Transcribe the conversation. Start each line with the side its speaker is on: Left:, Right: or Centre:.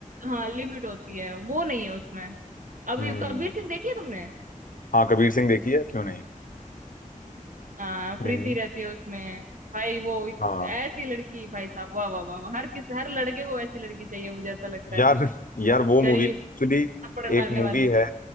Right: हाँ लिमिट होती है वो नहीं है उसमें अभी
Left: हम्म
Right: कबीर
Left: हम्म।
Right: सिंह देखी है तुमने
Left: हाँ कबीर सिंह देखी है क्यों नहीं
Right: हाँ
Left: हम्म
Right: प्रीति रहती है उसमें भाई वो इत-
Left: हाँ
Right: ऐसी लड़की भाई साहब वाह वाह वाह वाह, हर किस हर लड़के को ऐसी लड़की चाहिए मुझे ऐसा लगता
Left: यार
Right: है
Left: यार वो
Right: शरीफ
Left: मूवी एक्चुअली
Right: थप्पड़ खाने
Left: एक मूवी
Right: वाली
Left: है